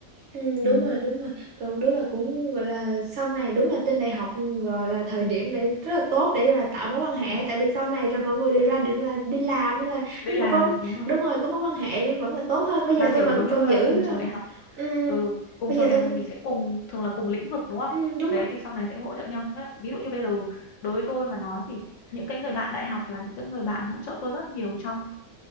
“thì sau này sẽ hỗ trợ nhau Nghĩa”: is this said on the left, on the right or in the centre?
Left